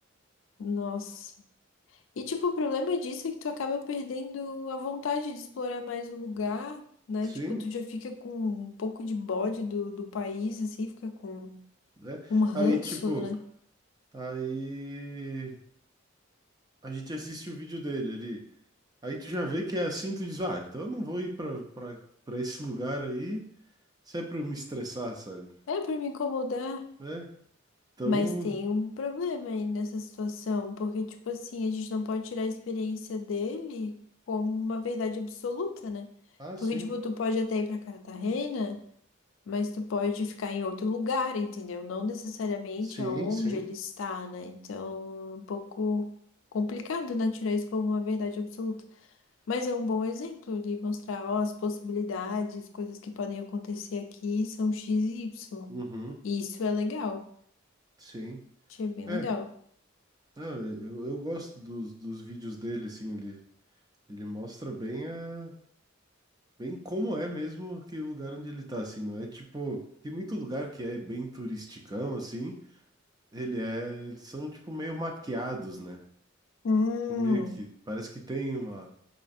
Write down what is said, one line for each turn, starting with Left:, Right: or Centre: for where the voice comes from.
Left: Nossa. E tipo, o problema disso é que tu acaba perdendo a vontade de explorar mais o lugar, né?
Right: Sim,
Left: Tipo, tu já fica com um pouco de bode do, do país, assim, fica com
Right: né?
Left: um ranço,
Right: Aí, tipo,
Left: né?
Right: aí a gente assiste o vídeo dele ali. Aí tu já vê que é assim, tu diz, ah, então eu não vou ir pra, pra, pra esse lugar aí se é pra eu me estressar, sabe?
Left: É pra me incomodar.
Right: Né? Então,
Left: Mas tem um problema aí nessa situação, porque, tipo assim, a gente não pode tirar a experiência dele como uma verdade absoluta, né?
Right: ah, sim.
Left: Porque, tipo, tu pode até ir pra Cartagena, mas tu pode ficar em outro lugar, entendeu? Não necessariamente
Right: Sim,
Left: aonde
Right: sim.
Left: ele está, né? Então, é um pouco complicado, né? Tirar isso como uma verdade absoluta. Mas é um bom exemplo de mostrar, ó, as possibilidades, coisas que podem acontecer aqui são X e Y.
Right: Uhum,
Left: E isso é legal.
Right: sim.
Left: Achei bem
Right: É,
Left: legal.
Right: não, eu, eu gosto dos, dos vídeos dele, assim, ele, ele mostra bem a, Bem, como é mesmo aquele lugar onde ele tá, assim, não é tipo, tem muito lugar que é bem turisticão, assim, ele é, eles são tipo meio maquiados, né?
Left: Hum,
Right: São meio que, parece que tem uma,